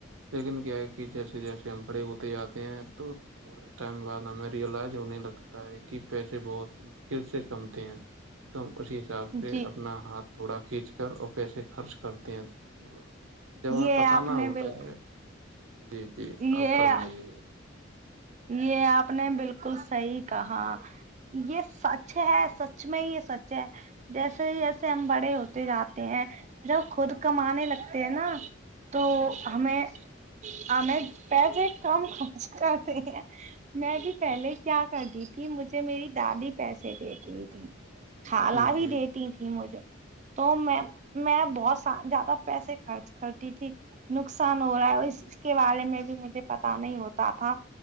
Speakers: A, on the right; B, on the right.
A: لیکن کیا ہے کہ جیسے جیسے ہم بڑے ہوتے جاتے ہیں تو ٹائم بعد ہمیں ریئلائز ہونے لگتا ہے کہ پیسے بہت مشکل سے کمتے ہیں تو ہم اسی حساب سے
B: جی
A: اپنا ہاتھ تھوڑا کھینچ کر اور پیسے خرچ کرتے ہیں مطلب جب ہمیں
B: یہ
A: پتہ
B: آپ
A: نہ
B: نے
A: ہوتا
B: بال
A: ہے جی جی
B: یہ
A: آپ فرمائیے
B: یہ آپ نے بالکل صحیح کہا یہ سچ ہے سچ میں یہ سچ ہے جیسے ہی جیسے ہم
A: جی
B: بڑے ہوتے جاتے ہیں جب خود کمانے لگتے ہیں نا تو
A: جی
B: ہمیں ہمیں پیسے کم خرچ کرتے ہیں میں بھی پہلے کیا کرتی تھی مجھے میری دادی پیسے دیتی تھی کالا
A: جی
B: بھی دیتی
A: جی
B: تھیں مجھے تو میں
A: جی
B: میں بہت س زیادہ پیسے خرچ کرتی تھی نقصان ہو رہا ہے اور اس اس کے بارے میں بھی مجھے پتا نہیں ہوتا تھا